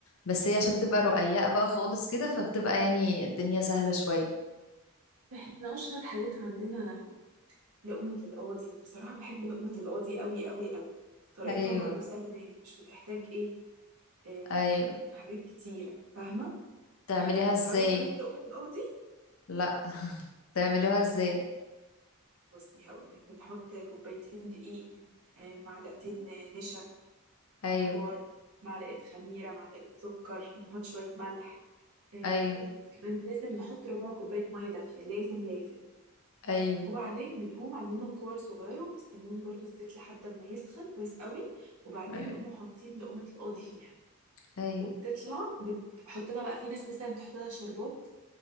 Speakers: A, on the left; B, on the right.
A: بس هي عشان بتبقى رقيقة بقى خالص كده فبتبقى يعني الدنيا سهلة شوية
B: احنا اشهر حاجات عندنا لقمة القاضي بصراحة بحب لقمة القاضي قوي قوي قوي طريقتها
A: ايوه
B: برضو سهلة يعني مش بتحتاج ايه آه
A: ايوه
B: حاجات كتيرة فاهمة
A: تعمليها
B: آه بتعرفي
A: ازاي
B: تعملي لقمة القاضي
A: لا تعمليها ازاي
B: بصي هقولك بنحط كوبايتين دقيق آه معلقتين آه، نشا
A: ايوه
B: كبار معلقة خميرة معلقة سكر نحط شوية ملح آه
A: ايوه
B: بن- كمان لازم نحط ربع كوباية مية دافية لازم لازم
A: ايوه
B: وبعدين بنقوم عاملينهم كور صغيرة ومستنيين برضو الزيت لحد ما يسخن كويس قوي وبعدين
A: أيوة.
B: نقوم حاطين لقمة القاضي فيها
A: ايوه
B: وبتطلع بتحط لها بقى في ناس مثلا بتحط لها شربات